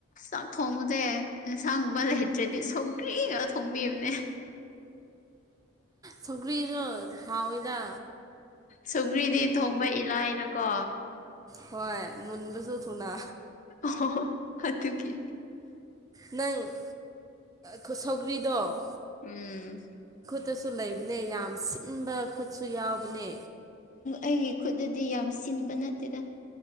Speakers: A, on the left; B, on the right.
A: ꯑꯥꯛ ꯊꯣꯡꯕꯁꯦ ꯏꯟꯁꯥꯡꯒꯨꯝꯕ ꯂꯩꯇ꯭ꯔꯗꯤ ꯁꯧꯒ꯭ꯔꯤꯉ ꯊꯣꯡꯕꯤꯕꯅꯦ
B: ꯁꯀ꯭ꯔꯤꯁꯨ ꯍꯥꯎꯗ
A: ꯁꯧꯨꯒ꯭ꯔꯤꯗꯤ ꯊꯣꯡꯕ ꯏꯂꯥꯏꯅꯀꯣ
B: ꯍꯣꯏ ꯃꯨꯟꯕꯁꯨ ꯊꯨꯅ
A: ꯑꯣ ꯑꯗꯨ ꯑꯗꯨꯨꯒꯤ
B: ꯅꯪ ꯈꯨꯁꯧꯒ꯭ꯔꯤꯗꯣ
A: ꯎꯝ
B: ꯈꯨꯠꯇꯁꯨ ꯂꯩꯕꯅꯦ ꯌꯥꯝ ꯁꯤꯟꯕ ꯈꯨꯠꯁꯨ ꯌꯥꯎꯕꯅꯦ
A: ꯑꯩꯒꯤ ꯈꯨꯠꯇꯗꯤ ꯌꯥꯝ ꯁꯤꯟꯕ ꯅꯠꯇꯦꯗ